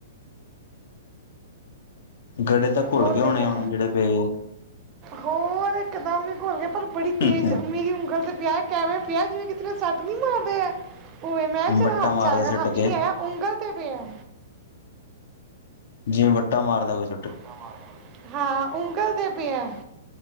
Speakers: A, on the left; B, on the right.
A: ਗੜੇ ਤਾਂ। ਘੁਲ
B: ਉਹ
A: ਗਏ ਹੋਣੇ
B: ਤੇ ਹੈ,
A: ਹੁਣ ਜਿਹੜੇ ਪਏ
B: ਹੋਰ ਇਕਦਮ ਹੀ ਘੁੱਲ ਗੇ। ਪਰ ਬੜੀ
A: ਆ
B: ਤੇਜ਼ ਮੇਰੀ ਉਂਗਲ ਤੇ ਪਿਆ, ਆਵੇ ਪਿਆ ਜਿਵੇਂ ਕਿਤੇ ਸੱਟ ਨੀ ਮਾਰਦੇ। ਉਵੇ ਮੈਂ ਕਿਹਾ
A: ਵੱਟਾਂ
B: ਚਲ ਹੱਥ
A: ਮਾਰਦੇ
B: ਚ' ਆਏਗਾ,
A: ਸਿੱਟ
B: ਹੱਥ
A: ਕੇ
B: ਚ' ਨੀ ਆਇਆ ਉਂਗਲ ਤੇ ਪਿਆ।
A: ਜਿਵੇਂ ਵੱਟਾ ਮਾਰਦਾ ਕੁਛ।
B: ਹਾਂ, ਉਂਗਲ ਤੇ ਪੈਆ। ਹਾਂ -ਹਾਂ ਉਂਗਲ ਦੇ ਪਿਆ,